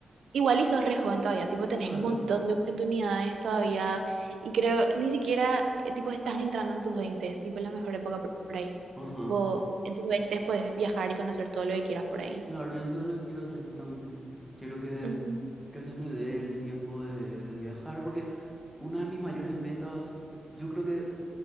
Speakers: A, on the right (about 85°); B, in the centre.
A: igual y sos re joven todavía, tipo, tenés
B: Claro.
A: un montón de oportunidades todavía. Y creo, ni siquiera, eh, tipo, estás entrando en tus veintes tipo, es la mejor época por, por ahí.
B: Ajá.
A: Tipo, en tus veintes puedes viajar y conocer todo lo que quieras por ahí.
B: Claro, y eso es lo que quiero hacer justamente. Quiero que,
A: Ujú.
B: que se me dé el tiempo de, de viajar, porque una de mis mayores metas, yo creo que,